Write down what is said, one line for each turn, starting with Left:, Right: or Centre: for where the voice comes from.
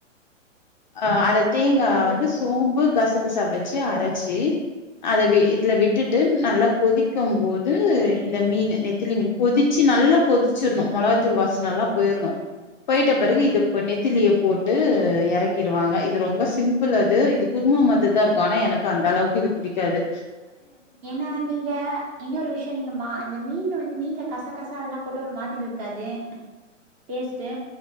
Left: ஆஹ் அரச் தேங்கா
Right: அப்ப
Left: வந்து சோம்பு கச கச வெச்சு அரச்சு அத வி இதுல விட்டுட்டு நல்லா கொதிக்கும் போது இந்த மீனு நெத்திலி மீன் கொதிச்சு நல்லா கொதிச்சிர்ணு மொளகத்தூள் வாசனல்லா போயிர்ணு போய்ட்ட பெறகு
Right: ஓகே
Left: இதுப் பு நெத்திலிய போட்டு எறக் கிருவாங்க இது ரொம்ப சிம்பிள் அது இது குருமா மாதிரி தா இருக்கு ஆனா எனக்கு அந்த அளவுக்கு இது பிடிக்காது
Right: ஏன்னா நீங்க இன்னொரு விஷியொ நீங்க மா அந்த மீன் வந் மீன்ல கசா கசா அதெல்லா போட்டு ஒரு மாதிரி இருக்காது டேஸ்ட்டு